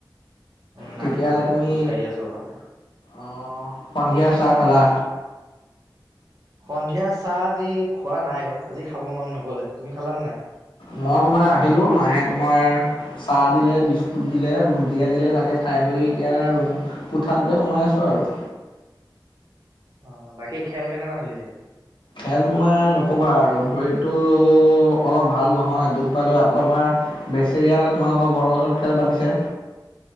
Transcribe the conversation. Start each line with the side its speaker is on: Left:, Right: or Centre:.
Right: উম।
Left: ঠিকে
Right: আগফালে
Left: আছে তুমি
Right: খোজকাঢ়ি আছোঁ অলপ।
Left: অ', সন্ধিয়া চাহ খালা?
Right: সন্ধিয়া চাহ আজি খোৱা নাই অ', আজি খাব মন নগ'লে। তুমি খালা নে নাই?
Left: মই তোমাৰ আহিলো, মায়ে তোমাৰ চাহ দিলে, বিস্কুট দিলে, ভুজিয়া দিলে তাকে খাই-বই এতিয়া ৰুম। কোঠাটোতে সোমাই আছোঁ আৰু।
Right: অ, বাকী খেল কেনেকুৱা চলিছে?
Left: খেল তোমাৰ নক'বা আৰু ভৰিতটো অলপ ভাল নহয় দুখ পালোঁ। আকৌ আমাৰ বেচেৰিয়ালে তোমালোকৰ ঘৰৰ ওচৰত খেল পাতিছে।